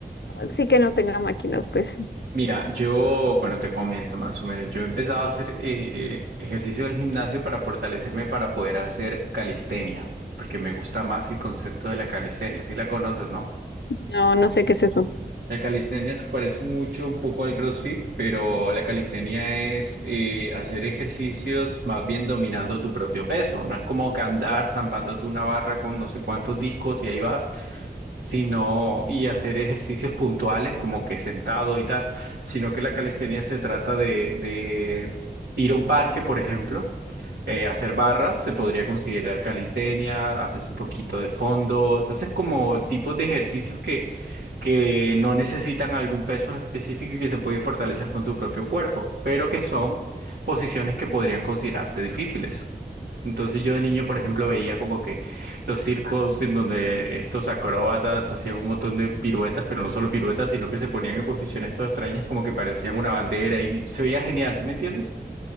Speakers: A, on the left; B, on the right.
A: sí que no tenga máquinas, pues.
B: Mira, yo, bueno, te comento más o menos, yo empezaba a hacer eh, ejercicio en el gimnasio para fortalecerme para poder hacer calistenia, porque me gusta más el concepto de la calistenia, si la conoces, ¿no?
A: No, no sé qué es eso.
B: La calistenia se parece mucho un poco al CrossFit, pero la calistenia es eh, hacer ejercicios más bien dominando tu propio peso. No es como que andar zampándote una barra con no sé cuántos discos y ahí vas, sino y hacer ejercicios puntuales como que sentado y tal, sino que la calistenia se trata de, de ir a un parque, por ejemplo. eh, hacer barras se podría considerar calistenia, haces un poquito de fondos, haces como tipos de ejercicios que que no necesitan algún peso en específico y que se pueden fortalecer con tu propio cuerpo, pero que son posiciones que podrían considerarse difíciles. Entonces yo de niño, por ejemplo, veía como que los circos en donde estos acróbatas hacían un montón de piruetas, pero no solo piruetas, sino que se ponían en posiciones todas extrañas como que parecían una bandera y se veía genial, ¿sí me entiendes?